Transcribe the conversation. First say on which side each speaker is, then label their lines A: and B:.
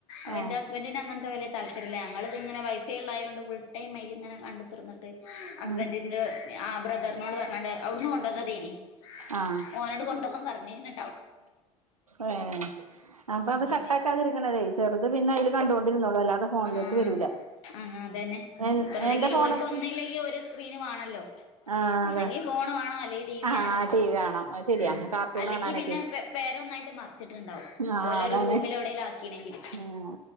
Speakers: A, on the left; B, on the right.
A: അവന്റസ്
B: ഏ
A: ന്റിന് അങ്ങനത്തെ വല്ല്യ താല്പര്യല്ല ഞങ്ങളിതിങ്ങനെൈ വൈഫൈ ഉള്ളതായതുകൊണ്ട് ഫുൾ ടൈമയില്ങ്ങനെ കണ്ടത്രിന്നിട്ട് ഹസ്ബൻഡിന്റെ
B: ഉം
A: ആ ബ്രദറിനോട് പറഞ്ഞണ്ട് അവിടുന്ന് കൊണ്ടോന്ന തീനി
B: ആഹ്
A: ഓനോട് കൊണ്ടൊവാാൻ പറഞ്ഞിന്ന്
B: ഏ അപ്പൊ
A: ഉം
B: ത് കട്ടാക്കാതിരിക്കണതേ ചെറുത് പിന്നൈല് കണ്ടൊണ്ടിരുന്നോളും അല്ലാതെ ഫോണിലേക്ക്
A: ഉം
B: വരൂല
A: അ അതന്നെ
B: എ
A: പ്പന്തെങ്കിലും
B: എന്റെ ഫോണൊക്കെ
A: ഓൽക്ക് ഒന്നുല്ലെങ്കിൽ ഒരു സ്ക്രീന് വാണല്ലോ
B: ആ
A: ഒന്നെങ്കി
B: അതെ
A: ഫോണ് വാണം അല്ലെങ്കിൽ ടി വി
B: ആ
A: വണോം
B: ടി വി കാണാം അത് ശരിയാ
A: ഉം
B: കാർട്ടൂൺ
A: അല്ലെങ്കി
B: കാണാനൊക്കെ
A: പിന്നെ പേരെന്നായിട്ട് മറിച്ചിട്ടുണ്ടാവും
B: ആ
A: ഓലെരു
B: അതാണ്
A: റൂമിൽ എവിടേലും ആക്കിണെങ്കിൽ
B: ആഹ്